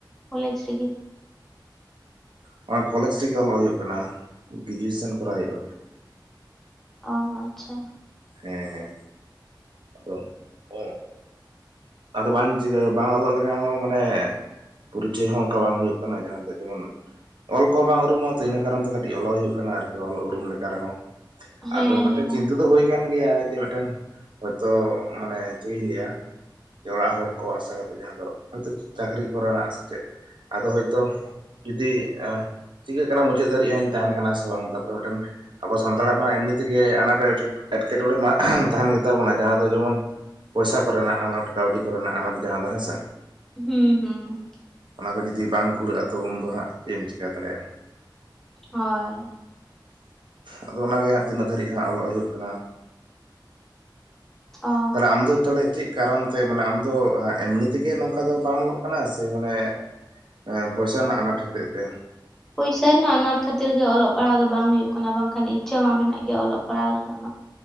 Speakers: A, in the centre; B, on the right.
A: ᱠᱚᱞᱮᱡᱽ ᱨᱮᱜᱮ?
B: ᱱᱚᱜ-ᱚᱭ ᱠᱚᱞᱮᱡᱽ ᱥᱮᱜᱮ ᱚᱞᱚᱜ ᱦᱩᱭᱩᱜ ᱠᱟᱱᱟ, ᱜᱨᱮᱡᱩᱭᱮᱥᱚᱱ ᱠᱚᱨᱟᱣ ᱦᱩᱭᱩᱜ ᱠᱟᱱᱟ ᱾
A: ᱚᱦᱚ ᱟᱪᱪᱷᱟ ᱾
B: ᱦᱮᱸ ᱦᱮᱸ ᱟᱫᱚ ᱚᱸ ᱟᱫᱚ ᱵᱟᱝ ᱪᱤᱠᱟᱹ ᱵᱟᱝ ᱚᱞᱚᱜ ᱞᱮᱠᱷᱟᱱ ᱦᱚᱸ ᱢᱟᱱᱮ ᱯᱚᱨᱤᱪᱚᱭ ᱦᱚᱸ ᱚᱱᱠᱟ ᱵᱟᱝ ᱦᱩᱭᱩᱜ ᱠᱟᱱᱟ ᱡᱟᱦᱟᱸ ᱫᱚ ᱡᱮᱢᱚᱱ ᱚᱞ ᱠᱚᱦᱚᱸ ᱵᱟᱝ ᱩᱨᱩᱢᱚᱜ-ᱟ ᱛᱚ ᱤᱱᱟᱹ ᱠᱟᱨᱚᱱ ᱛᱮ ᱠᱟᱹᱴᱤᱡ ᱚᱞᱚᱜ ᱦᱩᱭᱩᱜ ᱠᱟᱱᱟ ᱟᱨᱠᱤ ᱚᱞ ᱩᱨᱩᱢ ᱞᱮᱠᱟ ᱨᱮᱦᱚᱸ ᱾
A: ᱦᱮᱸ
B: ᱟᱫᱚ ᱢᱤᱫᱴᱮᱡ
A: ᱦᱮᱸ
B: ᱪᱤᱱᱛᱟᱹ ᱫᱚ ᱦᱩᱭ ᱠᱟᱱ ᱜᱮᱭᱟ ᱡᱮ ᱢᱤᱫᱴᱮᱱ ᱦᱚᱭᱛᱳ ᱢᱟᱱᱮ ᱪᱮᱫ ᱤᱧ ᱞᱟᱹᱭᱟ ᱚᱲᱟᱜ ᱦᱚᱲ ᱠᱚ ᱟᱥᱟ ᱠᱟᱛᱮ ᱡᱟᱦᱟᱸ ᱫᱚ ᱦᱚᱭᱛᱳ ᱪᱟᱹᱠᱨᱤ ᱠᱚᱨᱮᱱᱟᱜ ᱥᱮᱪᱮᱫ ᱟᱫᱚ ᱦᱚᱭ ᱛᱚ ᱡᱩᱫᱤ ᱮ ᱪᱤᱠᱟᱹᱜ ᱠᱟᱱᱟ ᱢᱩᱪᱟᱹᱫ ᱫᱷᱟᱹᱨᱤᱡ ᱦᱟᱜ ᱤᱧ ᱛᱟᱦᱮᱱ ᱠᱟᱱᱟ ᱥᱮ ᱵᱟᱝ ᱛᱟᱨᱯᱚᱨᱮ ᱢᱤᱫᱴᱮᱱ ᱟᱵᱚ ᱥᱟᱱᱛᱟᱲᱟᱜ ᱢᱟ ᱮᱢᱱᱤ ᱛᱮᱜᱮ ᱟᱱᱟᱴ ᱮᱸᱴᱠᱮᱴᱚᱬᱮ ᱢᱟ ᱛᱟᱦᱮᱱ ᱜᱮᱛᱟ ᱵᱚᱱᱟ ᱡᱟᱦᱟᱸ ᱫᱚ ᱡᱮᱢᱚᱱ ᱯᱚᱭᱥᱟ ᱠᱚᱨᱮᱱᱟᱜ ᱟᱱᱟᱴ ᱠᱟᱹᱣᱰᱤ ᱠᱚᱨᱮᱱᱟᱜ ᱟᱱᱟᱴ ᱡᱟᱦᱟᱸ ᱫᱚ ᱦᱮᱸᱥᱟ ᱾
A: ᱦᱢ ᱦᱢ ᱾
B: ᱚᱱᱟ ᱠᱚ ᱡᱩᱫᱤ ᱵᱟᱝ ᱠᱩᱲᱟᱹᱜᱼᱟ ᱛᱚ ᱩᱱᱫᱚ ᱦᱟᱸᱜ ᱪᱮᱫ ᱮᱢ ᱪᱮᱟᱹ ᱫᱟᱲᱮᱭᱟᱜᱼᱟ ᱾
A: ᱦᱳᱭ ᱾
B: ᱟᱫᱚ ᱚᱱᱟ ᱜᱮ ᱦᱟᱸᱜ ᱛᱤᱱᱟᱹᱜ ᱫᱷᱟᱹᱨᱤᱡ ᱦᱟᱸᱜ ᱚᱞᱚᱜ ᱦᱩᱭᱩᱜ ᱠᱟᱱᱟ ᱾
A: ᱚ
B: ᱛᱟᱦᱚᱞᱮ ᱟᱢ ᱫᱚ ᱛᱟᱦᱚᱞᱮ ᱪᱮᱫ ᱠᱟᱨᱚᱱ ᱛᱮ ᱢᱟᱱᱮ ᱟᱢ ᱫᱚ ᱮᱢᱱᱤ ᱛᱮᱜᱮ ᱱᱚᱝᱠᱟ ᱫᱚ ᱵᱟᱢ ᱚᱞᱚᱜ ᱠᱟᱱᱟ ᱥᱮ ᱢᱟᱱᱮ ᱮᱸ ᱯᱚᱭᱥᱟ ᱨᱮᱱᱟᱜ ᱟᱱᱟᱴ ᱦᱚᱛᱮᱡ ᱛᱮ?
A: ᱯᱚᱭᱥᱟ ᱨᱮᱱᱟᱜ ᱟᱱᱟᱴ ᱠᱷᱟᱹᱛᱤᱨ ᱜᱮ ᱚᱞᱚᱜ ᱯᱟᱲᱦᱟᱣ ᱫᱚ ᱵᱟᱝ ᱦᱩᱭᱩᱜ ᱠᱟᱱᱟ ᱵᱟᱝᱠᱷᱟᱱ ᱤᱪᱪᱷᱟᱹ ᱢᱟ ᱢᱮᱱᱟᱜ ᱜᱮᱭᱟ ᱚᱞᱚᱜ ᱯᱟᱲᱦᱟᱣ ᱨᱮᱱᱟᱜ ᱢᱟ ᱾